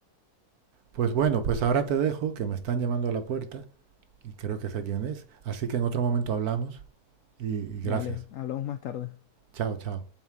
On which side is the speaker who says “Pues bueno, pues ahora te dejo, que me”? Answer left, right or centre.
Right